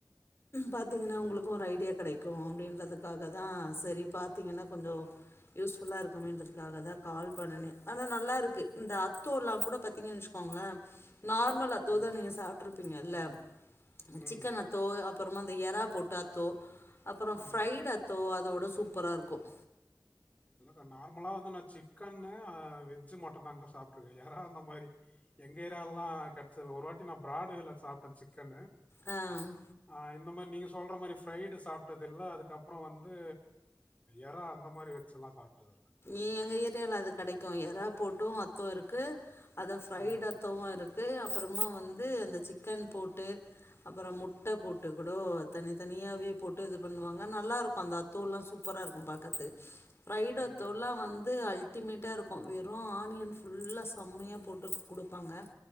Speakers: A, on the left; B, on the left.
A: பாத்தீங்கன்னா உங்களுக்கும் ஒரு ஐடியா கிடைக்கும் அப்படின்றதுக்காக தான் சரி பாத்தீங்கன்னா கொஞ்சம் யூஸ்புல்லா இருக்குமன்றதுக்காக தான் கால் பண்னே ஆனா நல்லா இருக்கு இந்த அத்தோல்லாம் கூட பாத்தீங்கன்னு வச்சுக்கோங்களேன் நார்மல் அத்தோ
B: ம்
A: தான் நீங்க சாப்பிட எல்லாம்
B: ம்
A: சிக்கன் அ அப்பறமா அந்த எறா போட்டாத்தோ அப்பறம்
B: ஆமாங்க
A: ஃப்ரைட் அத்தோ அதோட சூப்பரா இருக்கும்
B: இல்லக்கா நார்மலா வந்து நான் சிக் சிக்கன் வெஜ் மட் நாங்க சாப்பிட்டுருக்க எரா அந்த மாதிரி எங்க ஏரியாவெல்லாம் கிடைச்சது ஒரு வாட்டி நான் பிராடுவேல சாப்பிட்டேன் சிக்கன்
A: ம்
B: ஆஹ் இந்த மாரி நீங்க சொல்ற மாரி ஃபிரைடு சாப்ட்டதில்ல அதுக்கப்புற வந்து எறா அந்த மாரி லா சாப்ட்டதில்
A: எ எங்க ஏரியால அது கெடைக்கு எறா போட்டு அத்தோ இருக்கு அது ஃப்ரைடு
B: ம்
A: அத்தோவு இருக் கு அப்புறமா வந்து அந்த சிக்கன் போட்டு அப்புற முட்டை போட்டு கூட தனித்தனியாவே போட்டு இது பண்ணுவாங்க நல்லாருக்கு அந்த அத்தோலா சூப்பரா இருக்கு பாக்கறத்துக்கு ஃபிரைடு
B: ம்
A: அத் தோலா வந்து அல் டிமேட்டா இருக்கு வெறு ஆனியன் ஃபுல்லா செமையா போட்டு குடுப்பாங்க